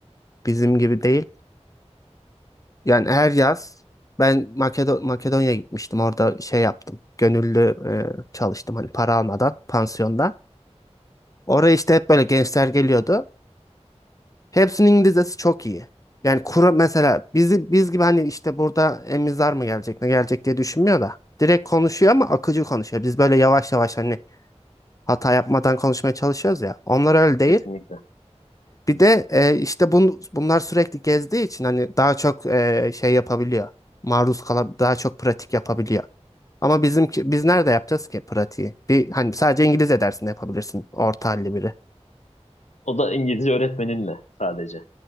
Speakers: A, on the left; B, on the left.
A: Bizim gibi değil. Yani her yaz ben Makedo Makedonya'ya gitmiştim. Orada şey yaptım. Gönüllü e, çalıştım hani para almadan pansiyonda. Oraya işte hep böyle gençler geliyordu. Hepsinin İngilizcesi çok iyi. Yani kura mesela bizi biz gibi hani işte burada emizler mı gelecek ne gelecek diye düşünmüyor da. Direkt konuşuyor ama akıcı konuşuyor. Biz böyle yavaş yavaş hani hata yapmadan konuşmaya çalışıyoruz ya. Onlar öyle değil.
B: Kesinlikle.
A: Bir de e, işte bun, bunlar sürekli gezdiği için hani daha çok e, şey yapabiliyor. Maruz kalab daha çok pratik yapabiliyor. Ama bizimki biz nerede yapacağız ki pratiği? Bir hani sadece İngilizce dersinde yapabilirsin orta halli biri.
B: O da İngilizce öğretmeninle sadece.